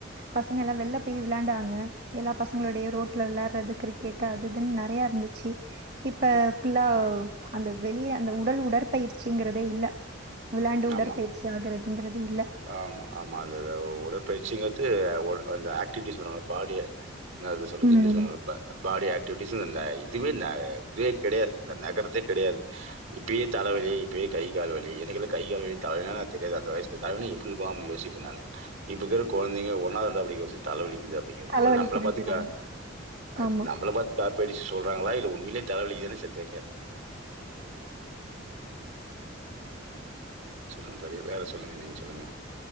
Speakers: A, on the right (about 50°); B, on the right (about 80°).
A: பசங்களா வெள்ல போய் வெளாண்டாங்க எல்லா பசங்களோடயு
B: ம்
A: ரோட்ல வெளாட்றது கிரிக்கெட் அது இதுன் நறையா இருந்துச்சு இப்ப
B: ம்.
A: ஃபுல்லா அந்த வெளிய அந்த உடல் உடற்பயிற்சிங்கறதே இல்ல வெளாண்டு உடற்பயிற்சி
B: ஆமா,
A: ஆகுறதுங்கிறது இல்ல
B: ஆமா, ஆமா அந்தத உடற்பயிற்சிங்றது அந்த ஆக்டிவிட்டிஸ் உள்ள பாடிய என்ன அது சொல்றது
A: ம்.
B: இங்க்லீஷ்ல நல் லா பாடி ஆக்டிவிட்டிஸ் இந்த இதுவே ந இதே கெடையாது இந்த நகர்தே கெடையாது இப்பயே தலவலி இப்பயே கைகால் வலி எனக்கெல்லா கைகால் வலி தல வலினா எனக்கு தெரியாது அந்த வயசுல தல வழினா எப்டிருக்கு அப்டினு யோசிப்ப நானு இப்ப இக்குற கொழந்தைங்க ஒன்னாது ரெண்டாது படிக்கற பசங்க தல வலிக்குது அப்டிங்கறது
A: தலைவலிக்குதுங்கிறாங்க.
B: ஒருவேள நம்மள பாத்துக்க அது
A: ஆமா.
B: நம்மள பாத் காப்பி அடிச்சு சொல்றாங்ளா இல்ல உண்மேல தல வலிக்குதுன்னு செ தெர்ல எனக்கு சொல்லுங்க தோழி வேற சொல்லுங்க நீங்க சொல்லுங்க